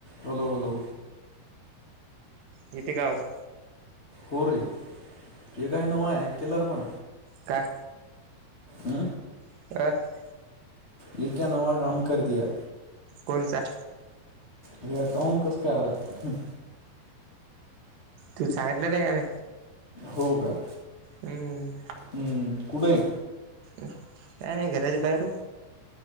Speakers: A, on the left; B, on the right.
A: Hello hello!
B: येते का आवाज?
A: होरे रे येत आहे न्हव एककिलर बा?
B: काय?
A: आ!
B: <inaudible>
A: ये क्या नवा काम करद्या.
B: कोनसा?
A: हे अकाऊंट कस काय आलं?
B: तुला सांगितलं नाही का!
A: हो का.
B: हम्म!
A: हम्म कुठेय.
B: काय नाही घरच्या बाहेर